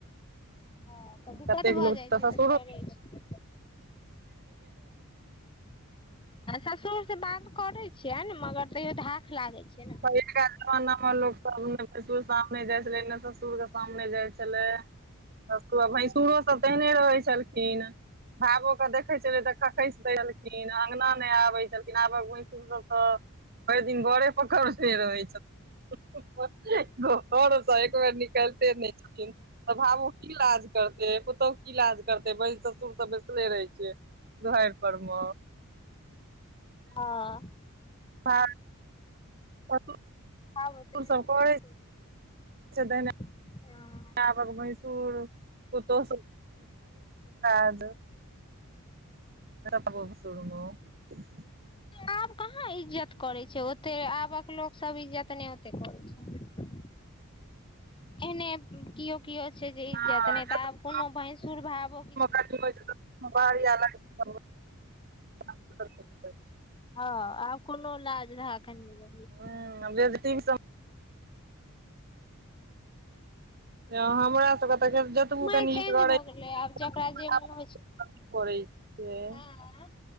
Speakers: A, on the left; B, on the right.
A: <inaudible> हँ तऽ दिक्कत
B: कतेक
A: भऽ
B: लोक
A: जाइ छै तऽ
B: ससुरो
A: फेरै छै ससुर से बात करै छियै ने मगर तैयो धख लागै छै न
B: <inaudible> <inaudible> जमाना मे लोक सब ने पसुर के सामने जाइ छले ने ससुर के सामने जाइ छले स सब भैंसुरो सब तेहने रहै छलखिन भाबो के देखै छलै तऽ खखेस द एलखिन अगना नय आबै छथिन आबक भयसुर सब तऽ भेर दिन घरे पकड़े रहै छथिन <inaudible> तऽ भाबो की लाज करते पुतोहु की लाज करते ब ससुर तऽ बैसले रहै छै दुहैर पर म
A: हँ
B: <inaudible> <inaudible>
A: <inaudible>
B: सब करै <inaudible>
A: हँ
B: आबक भैसूर पुतौह <unintelligible> तप पप सुड़म <unintelligible>
A: आब कहाँ इज्जत करै छै ओ ते आबक लोक सब इज्जत नहि ओते करै छै एने किओ किओ छै जे इज्जत
B: बाहरी
A: नहि तऽ आब कोनो भैंसुर भावो किछ
B: <unintelligible> <unintelligible>
A: हँ आब कोनो लाज राखन नहि रहै छै
B: ह <unintelligible> य हमरा सबक <unintelligible>
A: समय चेंज भऽ गेलै आब जकरा जे मोन होइ छै
B: कते <unintelligible>
A: आँय